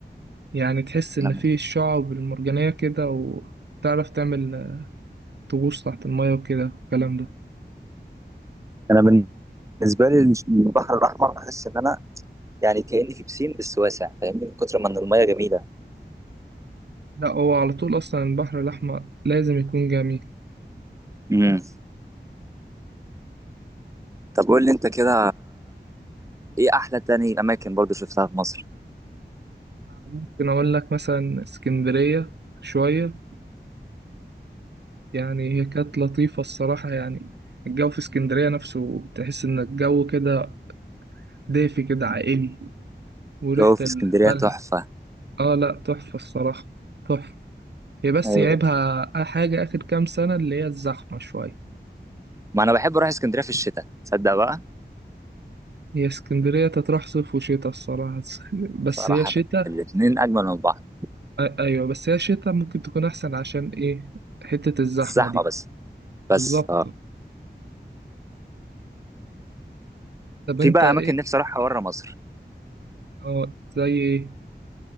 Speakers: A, on the right; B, on the right.
A: يعني تحس ان
B: أنا من-
A: فيه الشعب المرجانية كده وتعرف تعمل تغوص تحت المية وكده والكلام ده
B: انا بالنسبه لي البحر الاحمر بحس ان انا يعني كاني في بسين بس واسع فاهمني من كتر ما ان الميه جميله
A: لا هو على طول أصلا البحر الأحمر لازم يكون جميل
B: امم طب قول لي انت كده ايه احلى تاني اماكن برضو شفتها في مصر؟
A: ممكن أقول لك مثلا اسكندرية شوية يعني هي كانت لطيفة الصراحة يعني الجو في اسكندرية نفسه تحس إن الجو كده دافي كده عائلي وريحة
B: جو في
A: الملح
B: اسكندرية تحفة
A: آه لا تحفة الصراحة تحفة هي بس
B: ايوه
A: يعيبها حاجة آخر كام سنة اللي هي الزحمة شوية
B: ما انا بحب اروح اسكندرية في الشتاء تصدق بقى؟
A: هي اسكندرية تتراح صيف وشتاء الصراحة بس
B: صراحة
A: هي شتاء
B: الاتنين اجمل من بعض
A: أ- ايوه بس هي الشتا ممكن تكون احسن عشان ايه حتة الزحمة
B: زحمة
A: دي
B: بس بس
A: بالظبط
B: اه
A: طب
B: في
A: انت
B: بقى
A: ايه
B: اماكن نفسي اروحها بره مصر
A: اه زي ايه